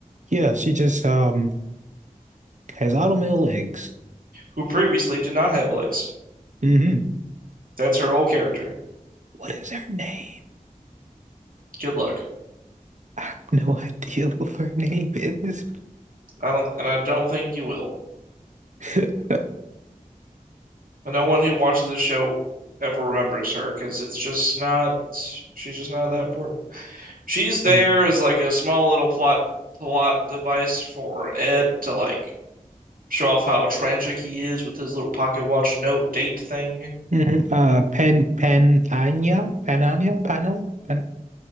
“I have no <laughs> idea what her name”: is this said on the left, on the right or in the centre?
Right